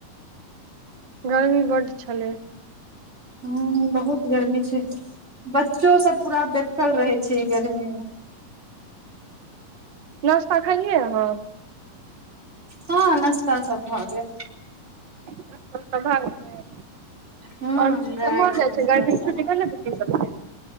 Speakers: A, on the right (about 50°); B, on the right (about 20°).
A: गर्मी बड छलै
B: ह बहुत गर्मी छै बच्चो सब पूरा बेकल रहे छै गर्मी मे
A: नस्ता खलियए अहाँ
B: हँ नास्ता सब भ गेल
A: नाश्ता सब भए गेलय
B: हूँ
A: आओर
B: भए
A: केम्हर
B: गेल
A: जाय
B: नाश्ता
A: छै गर्मी
B: सब
A: छुट्टी भेलय बुच्ची सबके